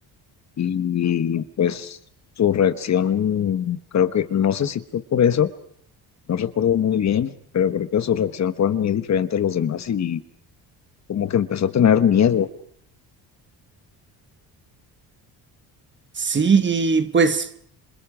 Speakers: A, on the left; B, on the right.
A: y pues su reacción, creo que, no sé si fue por eso, no recuerdo muy bien, pero creo que su reacción fue muy diferente a los demás y como que empezó a tener miedo.
B: Sí, y pues